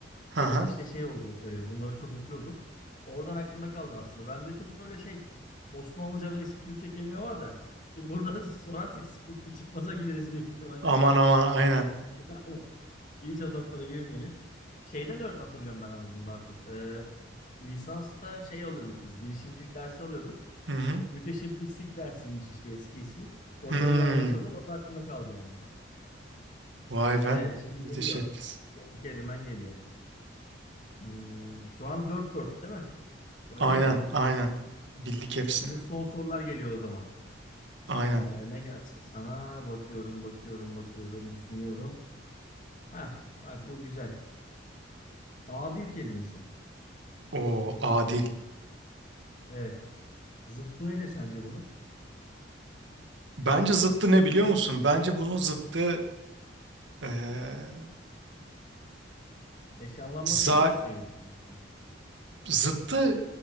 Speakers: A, on the right; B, on the left.
A: Hı
B: Geçmişte
A: hı.
B: şey oldu hep böyle bunları çok okuyordum. Oradan aklımda kaldı aslında. Bende çok böyle şey Osmanlıca ve eski Türkçe kelime var da. Şimdi burada <laughs> sorarsak sıkıntı çıkmaza gideriz büyük ihtimalle.
A: Aman aman aynen.
B: <laughs> İç azaplara girmeyelim. Şeyden de hatırlıyorum ben ama bunu daha çok. Ee, lisansta şey alıyorduk biz. Girişimcilik dersi alıyorduk.
A: Hı hı.
B: Müteşebbislik dersiymiş işte eski ismi. Hoca
A: Hmm.
B: öyle anlatıyordu. O da aklımda kaldı yani.
A: Vay
B: Evet
A: be.
B: şimdi
A: Müteşebbis.
B: geliyor. Senin kelimen geliyor. Hmm, şu an dört dört değil mi? Öyle
A: Aynen
B: mi oldu?
A: aynen. Bildik hepsini.
B: Şimdi son sorular geliyor o zaman.
A: Aynen.
B: Ee, ne gelsin sana? Bakıyorum, bakıyorum, bakıyorum, düşünüyorum. Ha, bak bu güzel. Adil kelimesi.
A: O adil.
B: Evet. Zıttı nedir sence bunun?
A: Bence zıttı ne biliyor musun? Bence bunun zıttı Ee,
B: Eşyalanmasını
A: za
B: da düşünebilirsiniz. de.
A: zıttı